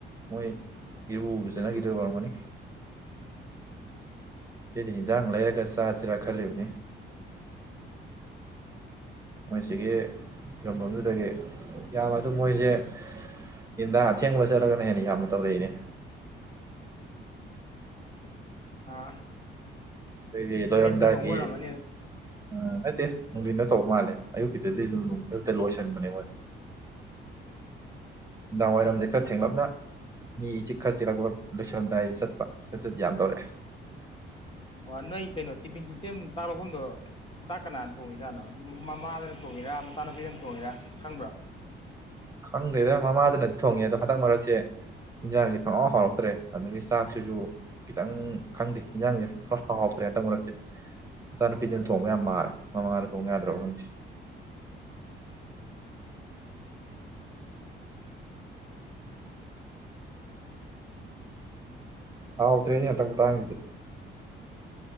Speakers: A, on the right; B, on the left.
A: ꯃꯣꯏ ꯏꯔꯨ ꯂꯨꯖꯅꯈꯤꯗꯣꯏ ꯑꯣꯏꯔꯝꯃꯅꯤ꯫ ꯁꯤꯗꯤ ꯏꯟꯖꯥꯡ ꯂꯩꯔꯒ ꯆꯥꯁꯤꯔꯥ ꯈꯜꯂꯤꯕꯅꯤ꯫ ꯃꯣꯏꯁꯤꯒꯤ ꯐꯤꯔꯝꯐꯝꯗꯨꯗꯒꯤ ꯌꯥꯝꯕ ꯑꯗꯨ ꯃꯣꯏ ꯖꯤ ꯌꯦꯟꯗ ꯑꯊꯦꯡꯕ ꯆꯠꯂꯒꯅ ꯍꯦꯟꯅ ꯌꯥꯝꯅ ꯇꯧꯔꯛꯏꯅꯦ꯫
B: ꯑꯥ
A: ꯑꯩꯈꯣꯏꯒꯤ ꯂꯣꯏꯔꯝꯗꯥꯏꯒꯤ
B: ꯑꯌꯨꯛꯇ ꯊꯣꯡꯕ ꯑꯣꯏꯔꯝꯃꯅꯤ
A: ꯑ ꯅꯠꯇꯦ ꯅꯨꯡꯗꯤꯟꯅ ꯇꯧꯕ ꯃꯥꯜꯂꯦ ꯑꯌꯨꯛꯀꯤꯗꯗꯤ ꯑꯗꯨꯝ ꯑꯌꯨꯛꯇ ꯂꯣꯏꯁꯤꯟꯕꯅꯦ ꯍꯣꯏ꯫ ꯅꯨꯡꯗꯥꯡ ꯋꯥꯏꯔꯝꯁꯦ ꯈꯔ ꯊꯦꯡꯂꯞꯅ ꯃꯤ ꯆꯤꯛꯈꯔ ꯆꯤꯛꯂꯛꯄ ꯂꯣꯏꯁꯜꯂꯝꯗꯥꯏꯗ ꯆꯠꯄ ꯁꯤꯠꯇꯗꯤ ꯌꯥꯝ ꯇꯧꯔꯛꯑꯦ꯫
B: ꯑꯣ ꯅꯣꯏ ꯀꯩꯅꯣ ꯇꯤꯐꯤꯟ ꯁꯤꯁꯇꯦꯝ ꯆꯥꯛ ꯂꯥꯛꯐꯝꯗꯣ ꯆꯥꯛ ꯀꯅꯥꯅ ꯊꯣꯡꯉꯤꯖꯥꯠꯅꯣ ꯃꯃꯥꯗꯅ ꯊꯣꯡꯉꯤꯔꯥ ꯃꯆꯥꯅꯨꯄꯤꯗꯅ ꯊꯣꯡꯉꯤꯔꯥ ꯈꯪꯕ꯭ꯔꯣ?
A: ꯈꯪꯗꯦꯗꯥ ꯃꯃꯥ ꯗꯨꯅ ꯊꯣꯡꯉꯦ ꯑꯗꯣ ꯍꯟꯗꯛ ꯃꯔꯛꯁꯦ ꯏꯟꯖꯥꯡꯁꯦ ꯈꯣꯡꯍꯥꯎ ꯍꯥꯎꯔꯛꯇ꯭ꯔꯦ ꯑꯗꯒꯤ ꯆꯥꯛꯁꯤꯁꯨ ꯈꯤꯇꯪ ꯈꯪꯗꯦ ꯍꯟꯖꯥꯡꯁꯦ ꯈꯔ ꯍꯥꯎꯥꯎꯇ꯭ꯔꯦ ꯍꯟꯇꯛ ꯃꯔꯛꯁꯦ ꯃꯆꯥꯅꯨꯄꯤꯁꯤꯅ ꯊꯣꯡꯕ ꯌꯥꯝ ꯃꯥꯔꯦ ꯃꯃꯥꯅ ꯊꯣꯡꯕ ꯌꯥꯗ꯭ꯔꯕ ꯈꯪꯗꯦ꯫ ꯍꯥꯎ ꯇ꯭ꯔꯦꯅꯦ ꯍꯟꯇꯥꯛ ꯃꯇꯥꯡꯖꯤꯗꯤ꯫